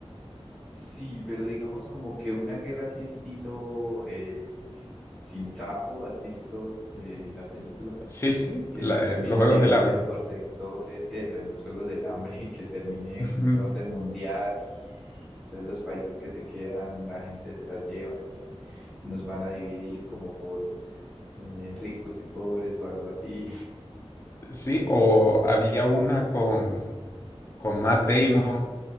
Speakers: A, in the centre; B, on the left.
A: sí, pero digamos como que una guerra así estilo eh, Sin Sajo, ¿has visto eh, la película?
B: Sí, sí,
A: Que
B: la
A: nos
B: de-
A: terminen
B: los Juegos
A: dividiendo
B: del Hambre.
A: por sectores, eso, en los Juegos del Hambre, <laughs> que termine
B: <laughs>
A: como un orden mundial y entonces los países que se quedan, la gente se las llevan y nos van a dividir como por eh, ricos y pobres o algo así.
B: Sí, o había una con, con Matt Damon,